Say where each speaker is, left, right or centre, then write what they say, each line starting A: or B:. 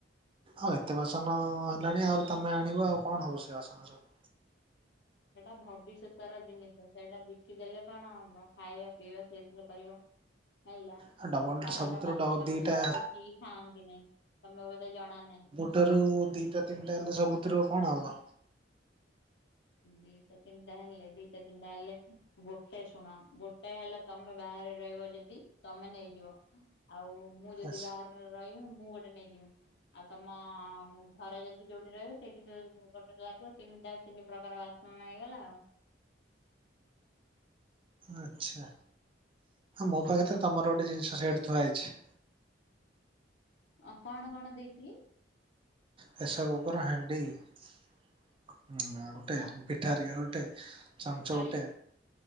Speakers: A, on the right; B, on the left.
A: ଆଉ ଏତେ ବାସନ ହେଲାଣି ଆହୁରି ତମେ ଆଣିବ ଆଉ କଣ ହବ ସେ ବାସନ ସବୁ।
B: ସେଇଟା ଭବିଷ୍ୟତର ଜିନିଷ। ସେଇଟା ବିକିଦେଲେ କଣ ହବ ଖାଇବା ପିଇବା ସେଇଥିରେ କରିବ ହେଲା।
A: ଆଉ ଡବଲ
B: ଘରର
A: ସବୁଥିରୁ
B: ବାସନ,
A: ଡ ଦିଟା
B: କୁସନ ବିକିକି ଖାଆନ୍ତିନାଇଁ ତମେ ବୋଧେ ଜଣା ନାହିଁ।
A: ଗୋଟେ ରୁ ଦିଇଟା ତିନିଟା ହେଲେ ସବୁଥିରୁ କଣ ହବ।
B: ଦିଟା ତିନିଟା ହେଲେ ଦିଟା ତିନିଟା ହେଲେ ଗୋଟେ ଶୁଣ ଗୋଟେ ହେଲା। ତମେ ବାହାରେ ରହିବ ଯଦି ତମେ ନେଇଯିବ ଆଉ ମୁଁ ଯଦି
A: ଆଛା
B: ବାହାରେ ରହିମି ମୁଁ ଗୋଟେ ନେଇଯିମି ଆଉ ତମ ଘରେ ଯଦି ଯୋଉଠି ରହିବେ ସେଠି ତ୍ ଉଁ ଗୋଟେରେ ଲାଗିବ ତିନିଟା ତିନି ପ୍ରକାର ବାସନ ହେଇଗଲା ଆଉ।
A: ଆଛା ମୋ
B: ଆଉ
A: ପାଖରେ ତ ତମର ଗୋଟେ ଜିନିଷ ସେଠ ଥୁଆ ହେଇଛି।
B: ଅ କଣ କଣ ଦେଇଥିଲି।
A: ପ୍ରେସର୍ କୁକର୍, ହାଣ୍ଡିଁ ଆଉ ଗୋଟେ
B: ହଁ
A: ପିଠା ଖାରିକା ଗୋଟେ, ଚାମଚ
B: ଥାଳି
A: ଗୋଟେ,